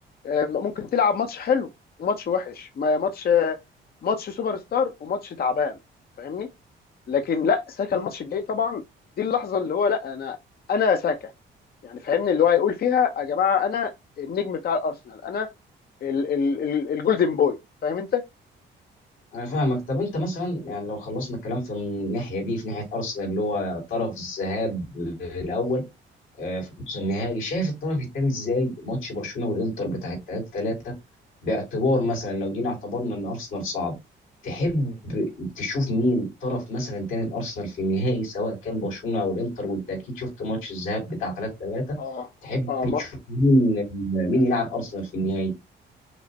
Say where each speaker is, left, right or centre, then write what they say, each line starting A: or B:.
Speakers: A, on the left (about 50°); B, on the left (about 85°).
A: آه، ممكن تلعب ماتش حلو وماتش وحش ما ماتش آه، ماتش سوبر ستار وماتش تعبان فاهمني لكن لا ساكا الماتش الجاي طبعا دي اللحظه اللي هو لا انا انا ساكا يعني فاهمني اللي هو هيقول فيها يا جماعه انا النجم بتاع الارسنال انا ال ال ال الجولدن بوي فاهم انت
B: أنا فاهمك طب أنت مثلا يعني لو خلصنا الكلام في الناحية دي في ناحية أرسنال اللي هو طرف الذهاب الأول آه، في نص النهائي شايف الطرف الثاني إزاي ماتش برشلونة والإنتر بتاع 3-3 باعتبار مثلا لو جينا اعتبرنا ان ارسنال صعد تحب تشوف مين طرف مثلا تاني الارسنال في النهائي سواء كان برشلونه او الانتر وانت اكيد شفت ماتش الذهاب بتاع 3 3
A: اه
B: تحب
A: اه, ما
B: تشوف مين مين يلعب ارسنال في النهائي